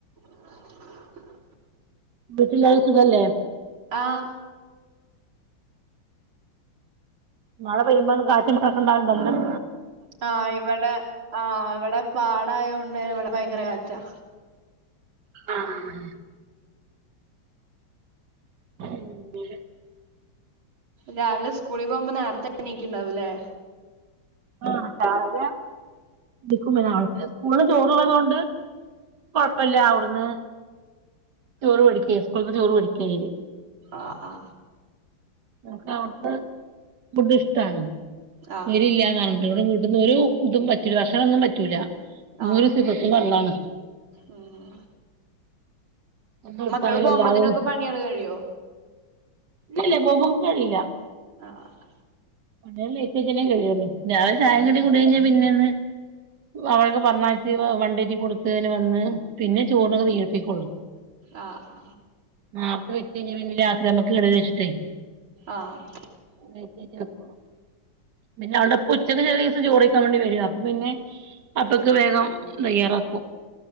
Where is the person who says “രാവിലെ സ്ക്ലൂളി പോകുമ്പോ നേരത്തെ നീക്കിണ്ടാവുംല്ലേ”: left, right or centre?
Right